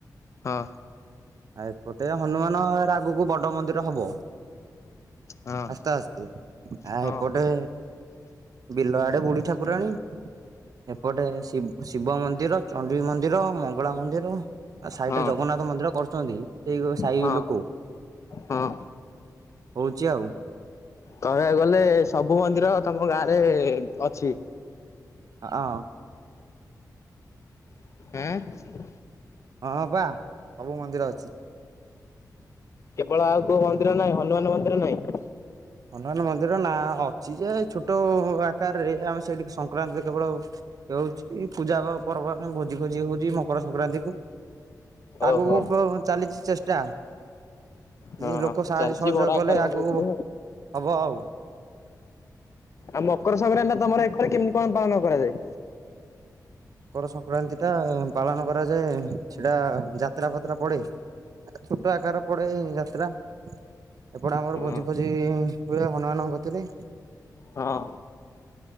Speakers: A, on the left; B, on the right.
A: ହଁ
B: ଆଉ ଏପଟେ ହନୁମାନ ରା ଆଗକୁ ବଡ ମନ୍ଦିର ହବ।
A: ହଁ ହଁ
B: ଆସ୍ତେ ଆସ୍ତେ ଆ
A: ହଁ
B: ଏପଟେ ବିଲ ଆଡେ ବୁଢୀ ଠାକୁରାଣୀ ଏପଟେ ଶି ଶିବ ମନ୍ଦିର ଚଣ୍ଡୀ ମନ୍ଦିର ମଙ୍ଗଳା ମନ୍ଦିର ସାଇଟରେ
A: ହଁ।
B: ଜଗନ୍ନାଥ ମନ୍ଦିର କରୁଛନ୍ତି। ଏଇ ସାହି
A: ହଁ
B: ଲୋକ
A: ହଁ।
B: ହଉଛି ଆଉ।
A: କହିବାକୁ ଗଲେ ସବୁ ମନ୍ଦିର ତମ ଗାଁ ରେ ଅଛି।
B: ହ
A: ହେଁ
B: ହଁ ପା ସବୁ ମନ୍ଦିର ଅଛି।
A: କେବଳ ଆଉ କୋଉ ମନ୍ଦିର ନାହିଁ ହନୁମାନ ମନ୍ଦିର ନାହିଁ।
B: ହନୁମାନ ମନ୍ଦିର ନାଁ ଅଛି ଯେ ଛୋଟ ଆକାରରେ ଆମେ ସେଇଠିକି ସଂକ୍ରାନ୍ତି କେବଳ ହଉଛି ପୂଜା ପର୍ବ ଆ ଭୋଜି ଭୋଜି ହଉଛି ମକର ସଂକ୍ରାନ୍ତି--କୁ ଆଗକୁ
A: ଓହୋ।
B: କଣ ଚାଲିଛି ଚେଷ୍ଟା? କି
A: ହଁ
B: ଲୋକ ସାହାଯ୍ୟ
A: ଚାଲିଛି
B: ସହଯୋଗ
A: ବଡ ଆକାରରେ
B: କଲେ
A: ହବ
B: ଆଗକୁ
A: ବୋଧେ ଆଉ।
B: ହବ ଆଉ।
A: ଆଉ ମକର ସଂକ୍ରାନ୍ତି ଟା ତମର ଏରେ କେମିତି କଣ ପାଳନ କରାଯାଏ?
B: ମକର ସଂକ୍ରାନ୍ତି ଟା ପାଳନ କରାଯାଏ ସେଇଟା ଯାତ୍ରା ଫାତ୍ରା ପଡ଼େ। ଛୋଟ ଆକାର ପଡେ ଯାତ୍ରା। ଏପଟେ ଆମର
A: ହଁ
B: ଭୋଜି ଭୋଜି ହୁଏ ହନୁମାନଙ୍କ ଗତିରେ
A: ହଁ